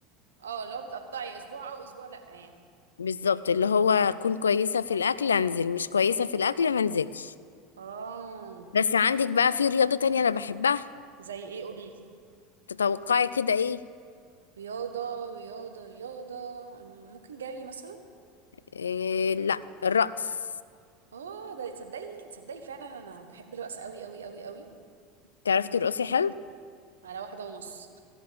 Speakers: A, on the right; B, on the left.
A: اه لو بتقطعي اسبوع او اسبوع لا يعني
B: بالظبط اللي هو اكون كويسة في الاكل انزل مش كويسة في الاكل ما انزلش
A: اه
B: بس عندك بقى في رياضة تانية انا بحبها
A: زي ايه قوليلي
B: تتوقعي كده ايه,
A: رياضه رياضه رياضه أم، ممكن جري مثلا
B: إيه لا الرقص
A: اه ده تصدقي تصدقي فعلا انا بحب الرقص قوي قوي قوي قوي
B: تعرفي ترقصي حلو
A: على واحده ونص